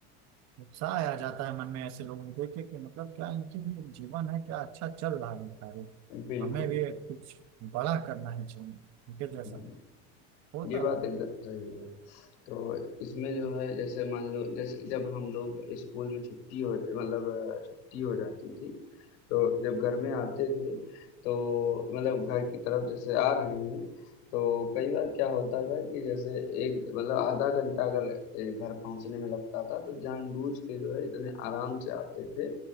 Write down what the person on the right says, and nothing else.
उत्साह आ जाता है मन में ऐसे लोगों को देखे कि मतलब क्या इनकी भी जीवन है क्या अच्छा चल रहा है इनका भी
हमें भी कुछ बड़ा करना है जीवन में, इनके जैसा
होता
था